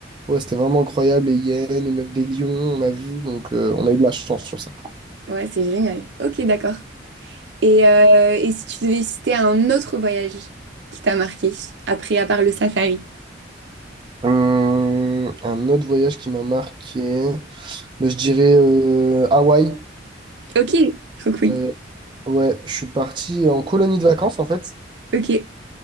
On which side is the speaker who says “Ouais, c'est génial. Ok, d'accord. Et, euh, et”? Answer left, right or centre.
Right